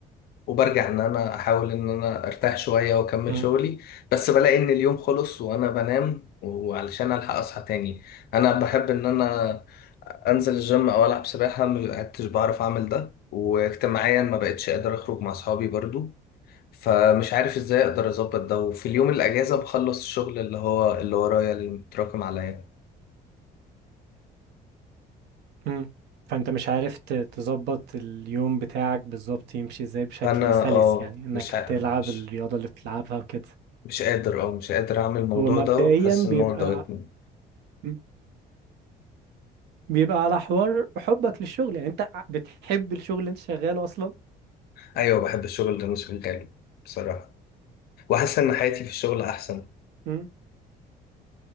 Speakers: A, on the left; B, on the right.
A: وبرجع ان انا احاول ان انا ارتاح شوية واكمل
B: امم
A: شغلي بس بلاقي ان اليوم خلص وانا بنام وعلشان الحق اصحى تاني انا بحب ان انا انزل الجيم او العب سباحة ما بقتش بعرف اعمل ده واجتماعيا ما بقتش اقدر اخرج مع اصحابي برضو فمش عارف ازاي اقدر اظبط ده وفي اليوم الاجازة بخلص الشغل اللي هو اللي ورايا اللي متراكم عليا
B: امم فانت مش عارف ت- تظبط اليوم بتاعك بالظبط يمشي ازاي بشكل
A: فانا
B: سلس
A: اه
B: يعني انك
A: مش عارف
B: تلعب
A: مش
B: الرياضة اللي بتلعبها وكده
A: مش قادر اه مش قادر اعمل الموضوع
B: هو مبدئيا
A: ده وحاسس
B: بيبقى
A: ان هو ضغطني
B: مم. بيبقى على حوار حبك للشغل يعني انت ع- بتحب الشغل اللي انت شغاله اصلا
A: ايوه بحب الشغل اللي انا شغاله بصراحه وحاسس ان حياتي في الشغل احسن
B: امم